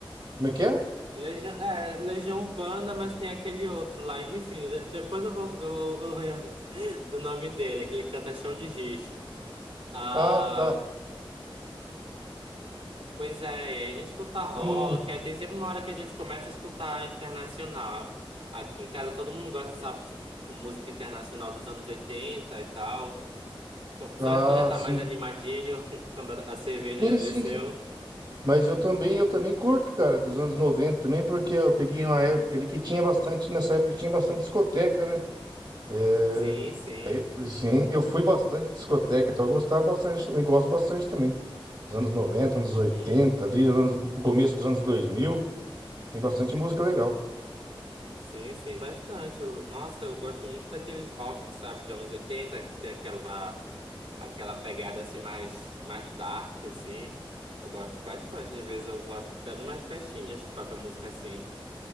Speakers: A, on the right; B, on the right.
A: Como é que é?
B: Legião, é, Legião Urbana, mas tem aquele outro lá. Enfim, de- depois eu vou, eu, eu lembro <laughs> do nome dele, aquele que canta Chão de Giz. Ah,
A: Ah, tá.
B: pois é, e aí a gente escuta rock,
A: Eu não...
B: aí tem sempre uma hora que a gente começa a escutar internacional. Aqui em casa todo mundo gosta, sabe, de música internacional dos anos 80 e tal. Principalmente
A: Ah,
B: quando já tá
A: sim.
B: mais animadinho, <laughs> quando a cerveja
A: Sim,
B: já desceu.
A: sim, sim. Mas eu também, eu também curto, cara, dos anos 90 também, porque eu peguei uma época ali que tinha bastante, nessa época tinha bastante discoteca, né? É...
B: Sim, sim.
A: aí, sim, eu fui bastante discoteca, então eu gostava bastante também, gosto bastante também. Dos anos 90 anos
B: Uhum.
A: 80 ali, anos... no começo dos anos 2000 tem bastante música legal.
B: Sim, sim, bastante. Eu- nossa, eu gosto muito daqueles rock, sabe, de anos 80 que tem aquela, aquela pegada assim mais, mais dark, assim. Eu gosto bastante. Às vezes eu vou até numas festinhas que toca música assim.